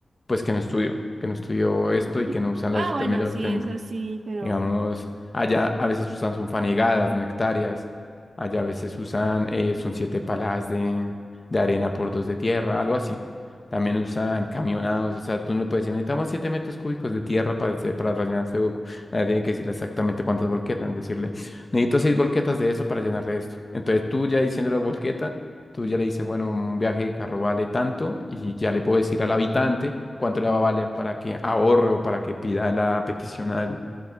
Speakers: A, on the left (about 25°); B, on the right (about 60°).
A: pues que no estudió, que no estudió esto y
B: <laughs>
A: que no usan los
B: Ah, bueno,
A: términos
B: sí,
A: técnicos.
B: es así, pero...
A: Digamos, allá a veces usan son fanegadas, no hectáreas. Allá a veces usan, eh, son siete palas de, de arena por dos de tierra, algo así. También usan camionados, o sea, tú no le puedes decir, necesitamos siete metros cúbicos de tierra para, este- para rellenar este hueco. Ahora tiene que decirle exactamente cuántas volquetas, decirle, necesito seis volquetas de eso para llenarle esto. Entonces tú ya diciendo la volqueta, tú ya le dices, bueno, un viaje de carro vale tanto y ya le puedo decir al habitante cuánto le va a valer para que ahorre o para que pida la petición al,